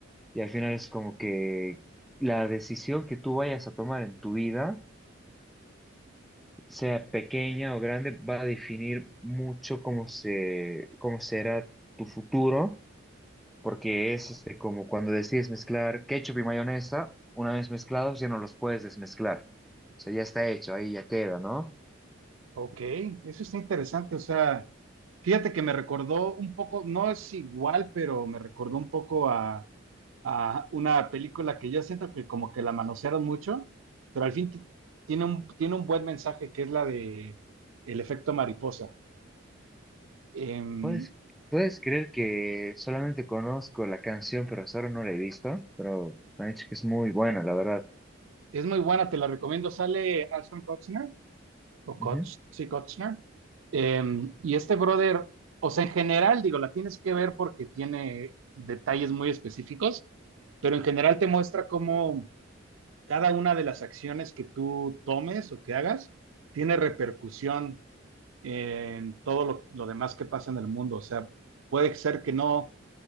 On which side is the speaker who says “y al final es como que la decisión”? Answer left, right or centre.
Centre